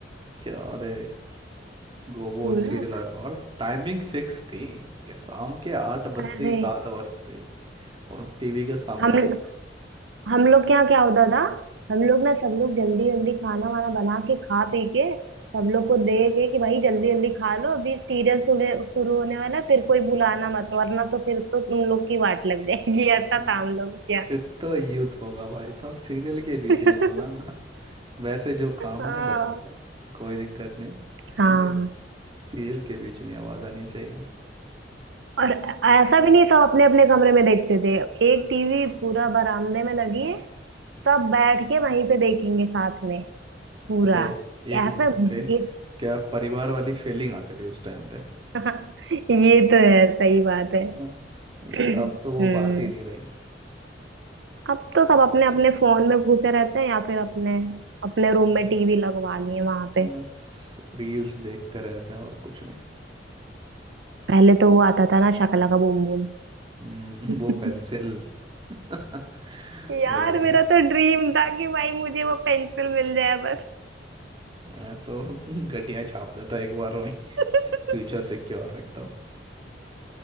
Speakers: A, on the right; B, on the right.
A: क्या अरे गो वो
B: पूरा
A: सीरियल और टाइमिंग फिक्स थी कि शाम के आठ बजते
B: अरे
A: ही सात बजते ही और टीवी के सामने
B: हम हम लोग के यहाँ क्या होता था हम लोग ना सब लोग जल्दी जल्दी खाना वाना बना के खा पी के सब लोग को दे के कि भाई जल्दी जल्दी खा लो अभी सीरियल शुरू होने वाला है, फिर कोई बुलाना मत वरना तो फिर तो तुम लोग की वाट लग जाएगी <laughs> ऐसा
A: हम्म,
B: था हम लोग क्या
A: फिर तो युद्ध होगा भाई साहब सीरियल के बीच
B: <laughs>
A: नहीं बोला ना वैसे जो काम
B: हाँ
A: है बता दो कोई दिक्कत नहीं
B: हाँ
A: सीरियल सीरियल के बीच नहीं आवाज आनी चाहिए
B: और ऐसा भी नहीं सब अपने अपने कमरे में देखते थे एक टीवी पूरा बरामदे में लगी है सब बैठ के वहीं पे देखेंगे साथ में पूरा
A: बट ये एक
B: ऐसा
A: बात थे
B: एक
A: क्या परिवार वाली फीलिंग आती थी उस टाइम पे
B: <laughs> ये तो है सही बात है
A: है ना क्योंकि
B: हम्म
A: अब तो वो बात ही नहीं रही
B: अब तो सब अपने अपने फोन में घुसे रहते हैं या फिर अपने अपने
A: हम्म,
B: रूम में टीवी लगवा ली है वहां पे
A: बस रील्स देखते रहते हैं और कुछ नहीं
B: पहले तो वो आता था ना शकला का बूम बूम
A: हम्म,
B: <laughs>
A: वो पेंसिल <laughs> वही
B: यार
A: लगता
B: मेरा
A: है
B: तो ड्रीम था कि भाई मुझे वो पेंसिल मिल जाए बस
A: मैं तो <laughs> गड्डियां छाप लेता एक बार में
B: <laughs>
A: फ्यूचर सिक्योर रखता हूँ